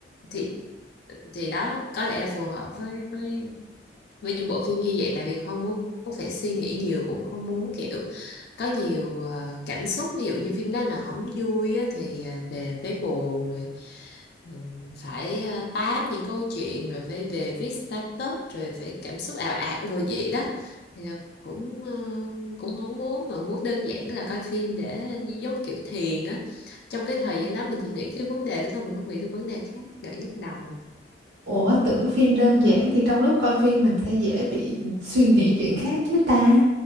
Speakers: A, on the left; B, on the right.
A: thì thì đó có lẽ là phù hợp với với với những bộ phim như vậy tại vì không muốn phải suy nghĩ nhiều cũng không muốn kiểu có nhiều ờ, cảm xúc ví dụ như phim đó là không vui á, thì ờ, về phải buồn rồi ừ, phải ờ, tám những câu chuyện rồi phải về viết status rồi phải cảm xúc ào ạt rồi vậy đó thì là cũng ờ, cũng không muốn mà muốn đơn giản là coi phim để giống kiểu thiền á trong cái thời gian đó mình chỉ nghĩ cái vấn đề đó thôi mình không nghĩ được vấn đề khác đỡ nhức đầu
B: Ủa tưởng phim đơn giản thì trong lúc coi phim mình sẽ dễ bị suy nghĩ chuyện khác chứ ta.